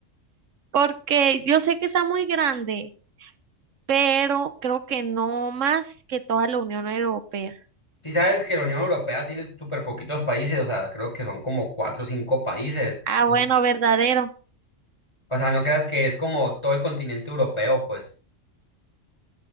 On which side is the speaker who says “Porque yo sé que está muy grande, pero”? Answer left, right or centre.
Right